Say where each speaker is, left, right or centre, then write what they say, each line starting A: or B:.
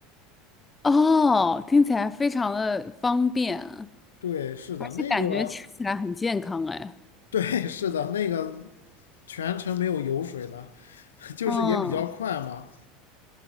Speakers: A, on the left; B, on the left.
A: 哦，听起来非常的方便，
B: 对，是的，
A: 而且感觉吃起来很健康哎。
B: 那个，对，是的，那个全程没有油水的，<laughs> 就是也比较快嘛。
A: 嗯，